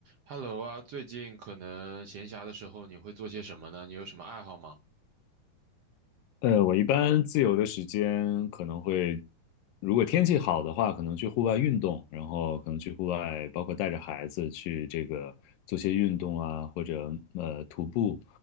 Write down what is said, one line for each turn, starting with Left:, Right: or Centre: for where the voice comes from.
Right: Hello 啊，最近可能闲暇的时候你会做些什么呢？你有什么爱好吗？
Left: 呃，我一般自由的时间可能会，如果天气好的话，可能去户外运动，然后可能去户外，包括带着孩子去这个做些运动啊，或者呃徒步。